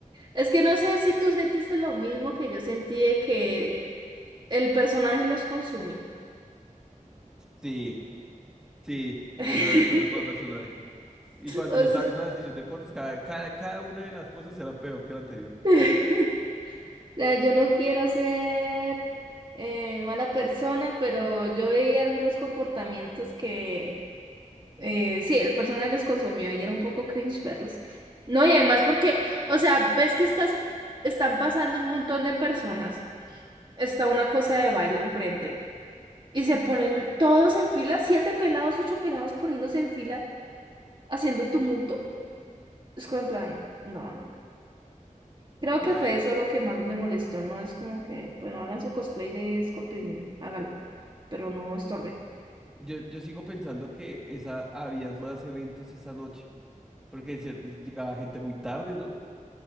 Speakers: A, on the right; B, in the centre.
A: es que no sé si tú sentiste lo mismo que yo sentí de que el personaje los consumió.
B: Sí, sí, y
A: <laughs>
B: ya están actuando como el personaje. Y cuando
A: O
B: yo estaba
A: sea,
B: viendo la sesión de fotos, cada, cada, cada una de las poses era peor que la anterior.
A: <laughs> o sea, yo no quiero ser eh, mala persona, pero yo veía algunos comportamientos que eh, sí, el personaje los consumió y era un poco cringe verlos. No, y además porque, o sea, ves que estás, están pasando un montón de personas. Está una cosa de baile enfrente. Y se ponen todos en fila, siete pelados, ocho pelados poniéndose en fila, haciendo tumulto. Es como en plan, no, no, no. Creo
B: Nah,
A: que fue
B: yo,
A: eso lo que más me molestó, ¿no? Es como que, bueno, hagan su cosplay de Skull Prison, hágalo, pero no estorbe.
B: yo yo sigo pensando que esa, había más eventos esa noche, porque es cierto, llegaba gente muy tarde, ¿no?